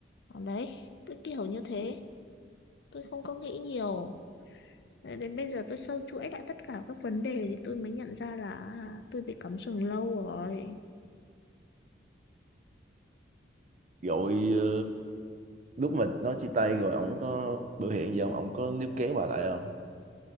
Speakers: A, on the left (about 65°); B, on the right (about 40°).
A: đấy cứ kiểu như thế tôi không có nghĩ nhiều đến bây giờ tôi sâu chuỗi lại tất cả các vấn đề thì tôi mới nhận ra là à, tôi bị cắm sừng lâu rồi
B: rồi ờ, lúc mà nói chia tay rồi ổng có biểu hiện gì không ổng có níu kéo bà lại không